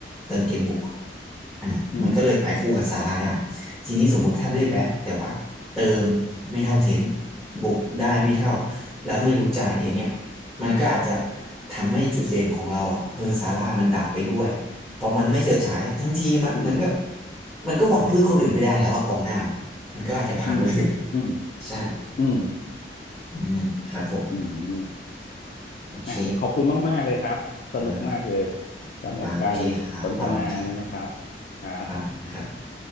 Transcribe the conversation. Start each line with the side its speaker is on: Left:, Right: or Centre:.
Centre: เติมเกมบุก อ่ะมันก็เลยไปคู่กับซาร่าได้
Left: อืม
Centre: ทีนี้สมมุติถ้าได้แบ็คแต่ว่าเติมไม่เท่าเทนต์บุกได้ไม่เท่าแล้วไม่รู้ใจอย่างเงี้ยมันก็อาจจะทำให้จุดเด่นของเราอ่ะคือซาร่ามันดับไปด้วยเพราะมันไม่เฉิดฉายทั้งทีมอะมันก็
Left: อืม
Centre: มันก็หวังพึ่งคนอื่นไม่ได้แล้วอะกองหน้ามันก็อาจจะพังเลย
Left: อืมอืม
Centre: <laughs> ใช่
Left: อืม
Centre: อืมครับผม
Left: อืมอม
Centre: โอเค
Left: อ่ะขอบคุณมากๆเลยครับสนุกมากเลย
Centre: ครับ
Left: สำหรับการสนทนานี้นะครับ
Centre: ครับโอเคครับขอบคุณครับ
Left: ครับ
Centre: ครับนครับ